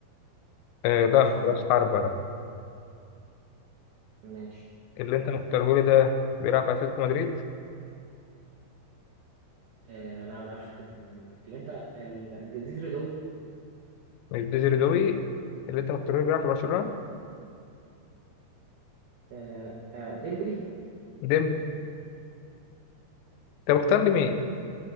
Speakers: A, on the left; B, on the right.
A: آه، لا
B: راس
A: مش
B: حربة
A: راس حربة لا
B: ماشي
A: اللي
B: طب.
A: انت مختاره لي ده بيلعب في اتلتيكو مدريد
B: آه... لا ما بلعبش في اتلتيكو مدريد اللي انت ال... ديزري دوي
A: مش ديزري دوي اللي انت مختاره لي بيلعب في برشلونة
B: آه... لا آه... ديمبلي
A: ديمبلي انت مختار لي مين؟